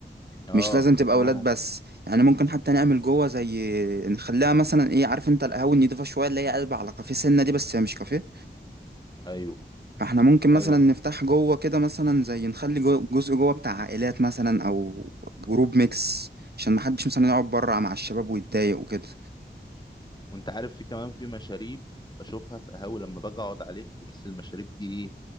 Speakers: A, on the left; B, on the right.
A: اه
B: مش لازم تبقى
A: دي كمان
B: ولاد
A: هت...
B: بس يعني ممكن حتى نعمل جوه زي نخليها مثلا ايه عارف انت القهوه النضيفه شويه اللي هي قلب على كافيه سنه دي بس هي مش كافيه
A: ايوه
B: فاحنا ممكن مثلا
A: ايوه
B: نفتح
A: فاهم
B: جوه كده مثلا زي نخلي جو جزء جوه بتاع عائلات مثلا او جروب ميكس عشان محدش مثلا يقعد بره مع الشباب ويتضايق وكده
A: وانت عارف في كمان في مشاريب بشوفها في قهاوي لما باجي اقعد عليها تحس المشاريب دي ايه